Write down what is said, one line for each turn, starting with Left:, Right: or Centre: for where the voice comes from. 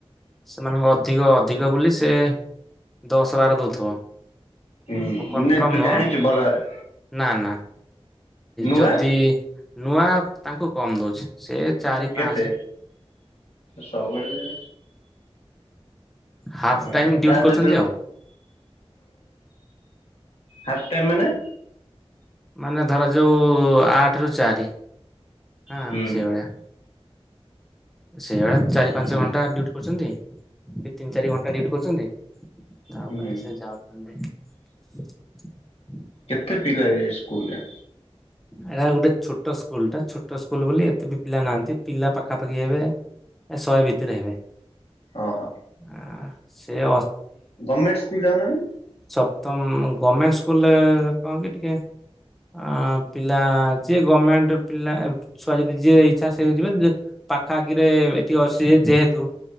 Centre: ସେମାନଙ୍କୁ ଅଧିକ ଅଧିକ ବୋଲି ସେ ଦଶ ବାର ଦଉଥିବ।
Left: ହୁଁ
Centre: ମୁଁ କନଫର୍ମ
Left: ନା ତୁ
Centre: ନୁହଁ
Left: ଜାଣିଛୁ ଭଲ ଭାବରେ
Centre: ନା ନା
Left: ନୂଆ
Centre: ଯଦି ନୂଆ ତାଙ୍କୁ କମ ଦଉଜି ସେ ଚାରି
Left: କେତେ?
Centre: ପାଞ୍ଚେ
Left: ସବୁବେଳେ
Centre: ହାଫ୍
Left: ହୁଁ
Centre: ଟାଇମ ଡ୍ୟୁଟି
Left: ତା
Centre: କରୁଛନ୍ତି
Left: ଦେ ହଁ।
Centre: ଆଉ
Left: ହାଫ୍ ଟାଇମ୍ ମାନେ?
Centre: ମାନେ ଧର ଯୋଉ ଆଠ ରୁ ଚାରି। ହଁ
Left: ହୁଁ
Centre: ସେଇଭଳିଆ। <inaudible> ସେଇଭଳିଆ ଚାରି ପାଞ୍ଚ
Left: ହୁଁ
Centre: ଘଣ୍ଟା ଡ୍ୟୁଟି କରୁଛନ୍ତି। ଏ ତିନି ଚାରି ଘଣ୍ଟା ଡୁଟି କରୁଚନ୍ତି। ତାପରେ
Left: ହୁଁ
Centre: ସେ ଯାଉଚନ୍ତି। <inaudible>
Left: କେତେ ପିଲା ଯାଇ ସେ ସ୍କୁଲରେ?
Centre: ଏଟା ଗୋଟେ ଛୋଟ ସ୍କୁଲ ଟା ଛୋଟ ସ୍କୁଲ ବୋଲି ଏତେ ବି ପିଲା ନାହାନ୍ତି ପିଲା ପାଖାପାଖି ପକି ଏବେ ଏ ଶହେ ଭିତରେ ହେବେ
Left: ଓହୋ।
Centre: ଆଁ ସେ ଅ
Left: ଗମେଣ୍ଟ ସ୍କୁଲ ଯାଉନାହାଁନ୍ତି।
Centre: ତମ ଗମେଣ୍ଟ ସ୍କୁଲରେ କଣ କି ଟିକେ ଆ ପିଲା ଯିଏ ଗମେଣ୍ଟ ପିଲା ଛୁଆ ଯଦି ଯିଏ ଇଚ୍ଛା ସେ ଯିବେ। ପାଖ ଆଖିରେ ଏଠି ଅଛି ଯେହେତୁ